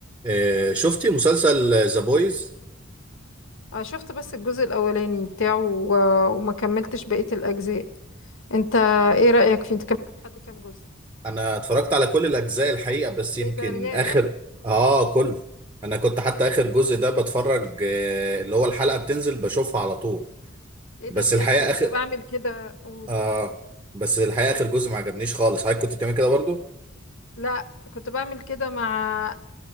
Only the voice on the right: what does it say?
آه، شفتي مسلسل ذا بويز
انا اتفرجت على كل الاجزاء الحقيقه بس يمكن
اخر اه كله انا كنت حتى اخر جزء ده بتفرج آه، اللي هو الحلقه بتنزل بشوفها على طول
بس
الحقيقه
اخر
اه بس الحقيقه اخر جزء ما عجبنيش خالص حضرتك كنت بتعمل كده برضو